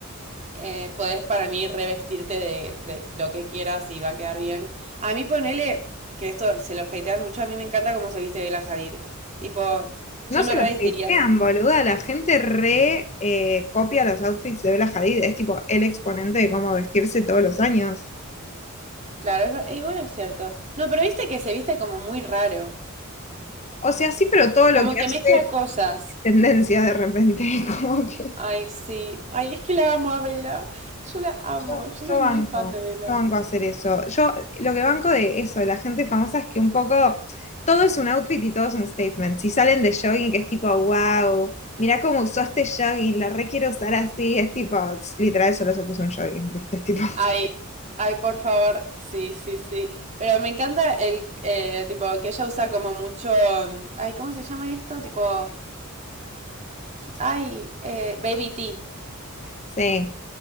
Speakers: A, on the right; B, on the left.
A: eh, podés para mí revestirte de, de lo que quieras y va a quedar bien. A mí ponele, que esto se lo hatean mucho, a mí me encanta cómo se viste Bella Hadid, tipo,
B: No
A: yo
B: se
A: me revestiría
B: los crean,
A: así.
B: boluda. La gente re eh, copia los outfits de Bella Hadid. Es tipo el exponente de cómo vestirse todos los años.
A: Claro, es- eh, igual es cierto. No, pero viste que se viste como muy raro.
B: O sea, sí, pero todo lo
A: Como
B: que
A: que
B: hace
A: mezcla cosas.
B: es tendencia de repente. <laughs> Como que
A: Ay, sí. Ay, es que la amo a Bella. Yo la amo.
B: yo,
A: Yo soy
B: yo banco.
A: muy fan de Bella.
B: Yo banco hacer eso. Yo lo que banco de eso, de la gente famosa, es que un poco todo es un outfit y todo es un statement. Si salen de jogging, que es tipo, wow, mirá cómo usó este jogging, la re quiero usar así. Es tipo, literal, solo se puso un jogging. ¿viste? Es tipo.
A: Ay, ay, por favor. Sí, sí, sí. Pero me encanta el eh, tipo que ella usa como mucho. mm, Ay, ¿cómo se llama esto? Tipo. Ay, eh, baby tea.
B: Sí,